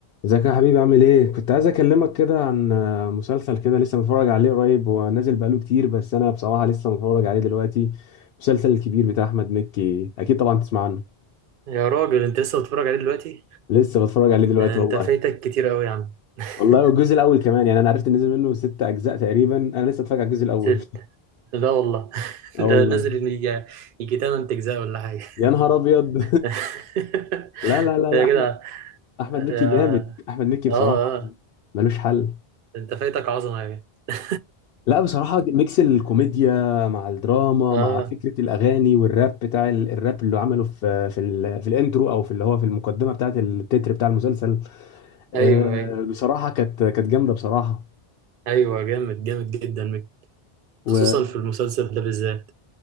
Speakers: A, on the left; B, on the right.
A: ازيك يا حبيبي عامل ايه كنت عايز اكلمك كده عن آه، مسلسل كده لسه متفرج عليه قريب هو نازل بقاله كتير بس انا بصراحة لسه متفرج عليه دلوقتي المسلسل الكبير بتاع احمد مكي اكيد طبعا تسمع عنه
B: يا راجل انت لسه بتتفرج عليه دلوقتي
A: لسه بتفرج عليه دلوقتي
B: آه، انت
A: والله
B: فايتك كتير قوي يا عم <laughs>
A: والله والجزء الاول كمان يعني انا عرفت ان نزل منه ست اجزاء تقريبا انا لسه اتفرج على الجزء الاول
B: ست لا والله <laughs>
A: <laughs> اه والله
B: ده نازل ان يجي يجي 8 اجزاء ولا حاجه
A: يا نهار ابيض
B: <laughs>
A: <laughs> لا لا لا
B: يا
A: لا
B: جدع
A: احمد احمد مكي
B: يا
A: جامد احمد مكي بصراحة
B: اه اه
A: ملوش حل
B: انت فايتك عظمه يا جدع
A: لا بصراحة ميكس الكوميديا
B: <laughs>
A: مع الدراما
B: اه
A: مع فكرة الأغاني والراب بتاع ال- الراب اللي عمله في في ال- في الانترو أو في اللي هو في المقدمة بتاعة التتر بتاع المسلسل آه،
B: ايوه ايوه
A: بصراحة كانت كانت جامدة بصراحة
B: ايوه جامد جامد جدا
A: و-
B: خصوصا في المسلسل ده بالذات